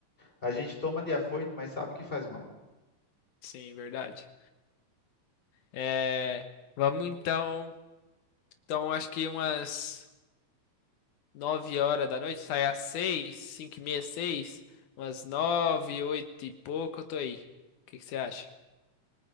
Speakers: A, on the left; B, on the left.
A: a gente toma de afoito, mas sabe que faz mal.
B: Sim, verdade. É, vamos então. Então acho que umas 9 horas da noite, sai às 6, 5 e meia, 6, umas 9, 8 e pouco eu tô aí. O que que você acha?